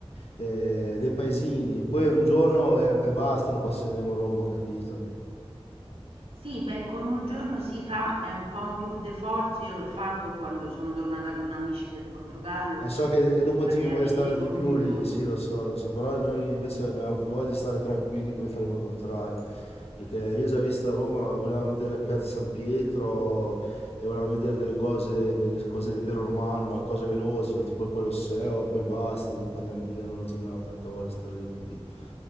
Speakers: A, on the left; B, on the right.
A: Eh, dei paesini, poi un giorno e, e basta, lo passeremo a Roma, capito?
B: Sì, beh, con un giorno si fa, è un po' un tour de force. Io l'ho fatto quando sono tornata con amici del Portogallo
A: E so che
B: per
A: dopo
B: fargliela
A: ti voglio
B: vedere
A: stare
B: con
A: di più
B: un giorno.
A: lì, sì, lo so, lo so, però noi invece abbiamo voglia di stare tranquilli, quindi faremo il contrario. Perché io ho già visto a Roma, volevamo vedere la Piazza San Pietro e volevamo vedere delle cose, delle cose dell'impero romano, ma cose veloci, no? Tipo il Colosseo, poi basta, dopo andiamo via, no? non abbiamo tanta voglia di stare lì, capito?